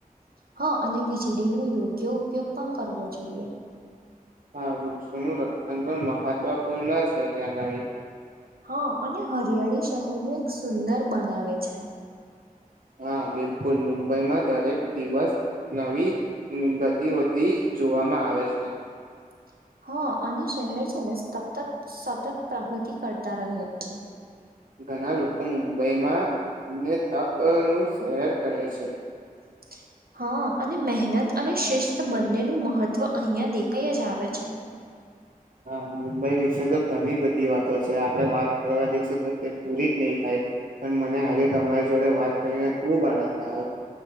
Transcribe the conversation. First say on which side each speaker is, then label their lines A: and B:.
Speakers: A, on the right; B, on the right.
A: હા, અને વીજળીનો યોગ્ય ઉપયોગ પણ કરવો જોઈએ.
B: હા, વૃક્ષોનું રક્ષણ પણ મહત્વપૂર્ણ છે, ત્યાં અગાળી
A: હા. અને હરિયાળી શહેરનું એક સુંદર બનાવે છે.
B: હા બિલકુલ. મુંબઈમાં દરેક દિવસ નવી ગતિવતિ જોવામાં આવે છે.
A: <inaudible> હા, અને શહેર છે ને સતત સતત પ્રગતિ કરતા રહે છે.
B: ઘણા લોકો મુંબઈમાં ને ટકનું શહેર કહે છે.
A: <inaudible> હા, અને મહેનત અને શિસ્ત બંનેનું મહત્ત્વ અહીંયા દેખાઈ જ આવે છે.
B: હા, મુંબઈ વિશે તો ઘણી બધી વાતો છે. આપડે વાત કરવા જઈશું તો તે પૂરી જ નહી થાય. પણ મને આજે તમારી જોડે વાત કરીને ખુબ આનંદ આવ્યો.